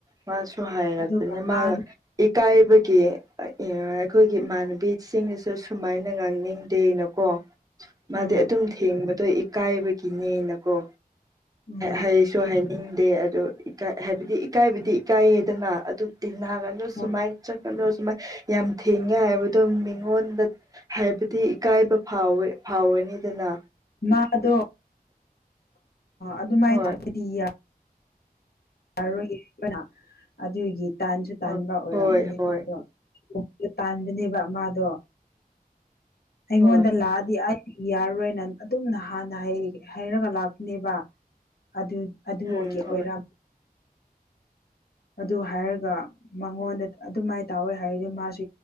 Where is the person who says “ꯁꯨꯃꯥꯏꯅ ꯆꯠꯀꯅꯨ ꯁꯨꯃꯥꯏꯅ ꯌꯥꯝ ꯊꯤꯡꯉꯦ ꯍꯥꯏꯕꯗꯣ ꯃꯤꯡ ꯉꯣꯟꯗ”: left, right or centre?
Right